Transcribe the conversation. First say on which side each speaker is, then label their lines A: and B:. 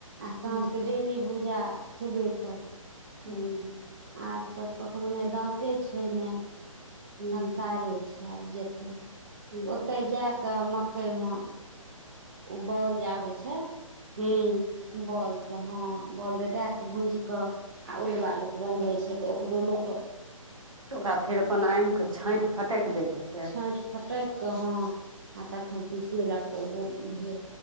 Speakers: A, on the right; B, on the right.
A: आ साँझके
B: हूँ
A: डेली भूजा खेबे कर।
B: ह्म्म
A: आब तऽ ककरो नै दाँते छै नै।
B: हूं
A: कंसारे छै आब जेते ल
B: हूं
A: ओते जा कऽ मक् मकई मे ओ बॉल जे आबै छै?
B: ह्म्म
A: बॉल से हँ बॉल द दए क भूज कऽ आ उलबा लोक बनबै छै तऽ ओकरो लोक
B: तऽ ओकरा फेर अपन आन कऽ छाँइट फटैक दैत हेते।
A: छाँट फटैक कऽ हँ आ तखन पिसेलक तऽ ओहो भेल।